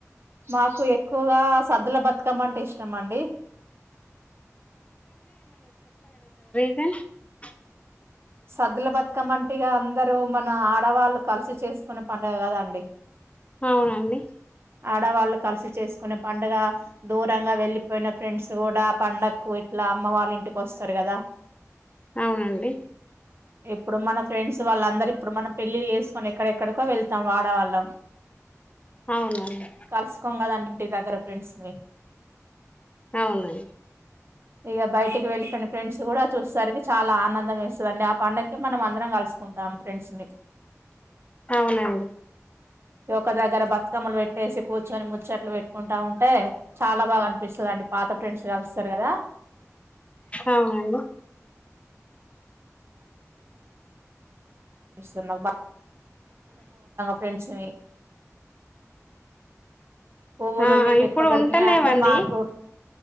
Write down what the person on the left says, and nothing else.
స
అవునండి
అవునండి
అవునండి
అవును
అవునండి
అవునండి
ఆ
ఇప్పుడు
ఉంటలేవండి